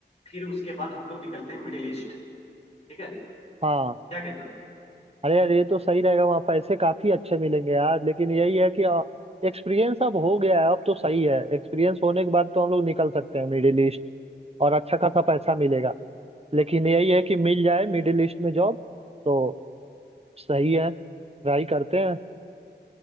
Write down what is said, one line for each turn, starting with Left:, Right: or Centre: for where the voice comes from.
Left: फिर उसके बाद हम लोग निकलते हैं मिडिल ईस्ट ठीक है
Right: हाँ
Left: क्या कहते हो
Right: अरे यार ये तो सही रहेगा वहाँ पैसे काफी अच्छे मिलेंगे यार लेकिन यही है कि एक्सपीरियंस अब हो गया है अब तो सही है एक्सपीरियंस होने के बाद तो हम लोग निकल सकते हैं मिडिल ईस्ट और अच्छा खासा पैसा मिलेगा लेकिन यही है कि मिल जाए मिडिल ईस्ट में जॉब तो सही है ट्राई करते हैं